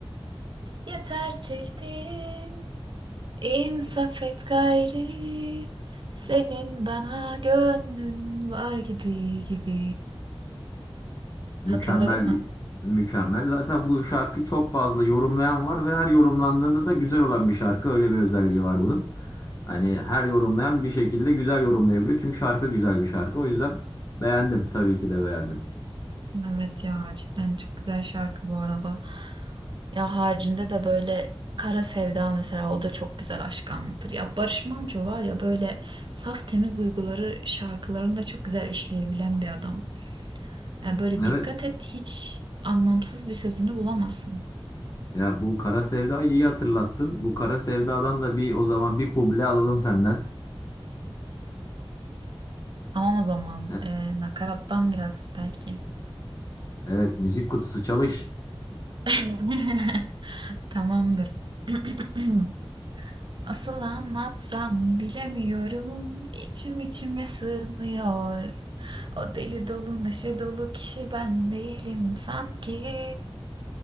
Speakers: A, on the right; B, on the left.
A: Yeter çektim, İnsaf et gayri, senin bana gönlün var gibi gibi. Hatırladın
B: Mükemmel
A: mı?
B: bir mükemmel. Zaten bu şarkı çok fazla yorumlayan var ve her yorumlandığında da güzel olan bir şarkı. Öyle bir özelliği var bunun. Hani her yorumlayan bir şekilde güzel yorumlayabiliyor. Çünkü şarkı güzel bir şarkı. O yüzden beğendim. Tabii ki de beğendim.
A: Evet ya cidden çok güzel şarkı bu arada. Ya haricinde de böyle Kara Sevda mesela o da çok güzel aşkı anlatır. Ya Barış Manço var ya böyle saf temiz duyguları şarkılarında çok güzel işleyebilen bir adam. Ya böyle
B: Evet.
A: dikkat et hiç anlamsız bir sözünü bulamazsın.
B: Ya bu Kara Sevda'yı iyi hatırlattın. Bu Kara Sevda'dan da bir o zaman bir kuble alalım senden.
A: Tamam o zaman
B: E-
A: e, nakarattan biraz belki.
B: Evet, müzik kutusu çalış.
A: <laughs> Tamamdır. <clears throat> Asıl anlatsam bilemiyorum. İçim içime sığmıyor. O deli dolu neşe dolu kişi ben değilim sanki.